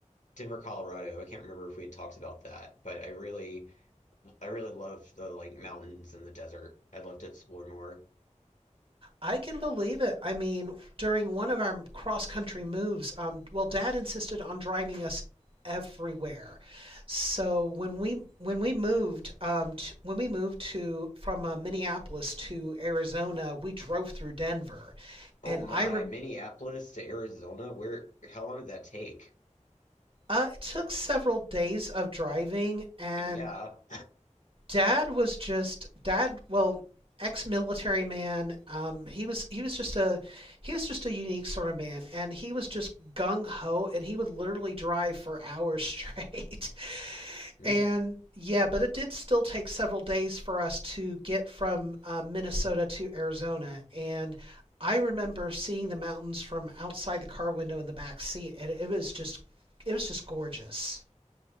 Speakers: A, on the left; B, on the right.
A: Denver, Colorado. I can't remember if we had talked about that, but I really I really love the like mountains and the desert. I'd love to explore more.
B: I can believe it. I mean, during one of our cross country moves, um, well, Dad insisted on driving us everywhere. So when we when we moved um, t- when we moved to from uh, Minneapolis to Arizona, we drove through Denver,
A: Oh
B: and
A: my,
B: I rem
A: Minneapolis to Arizona, where how long did that take?
B: uh, it took several days of driving, and
A: Yeah.
B: dad was just dad. Well, ex-military man. Um, he was he was just a he was just a unique sort of man, and he was just gung ho, and he would literally drive for hours straight. <laughs>
A: Hmm.
B: and yeah, but it did still take several days for us to get from uh, Minnesota to Arizona, and I remember seeing the mountains from outside the car window in the back seat, and it was just it was just gorgeous.